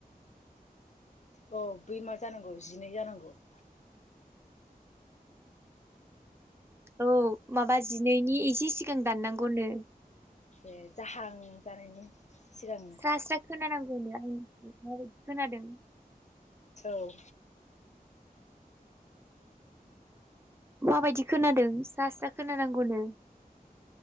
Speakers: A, on the left; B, on the right.
A: अ बै मा जानांगौ। जिनै जानांगौ। <inaudible>
B: औ माबा जिनैनि इसे सिगां दाननांगौनो।
A: ए जाहां जानायनि सिगांनो
B: स्रा स्रा खोनानांगौनो आंनि माबायदि खोनादों?
A: औ
B: माबायदि खोनादों स्रा स्रा खोनानांगौनो।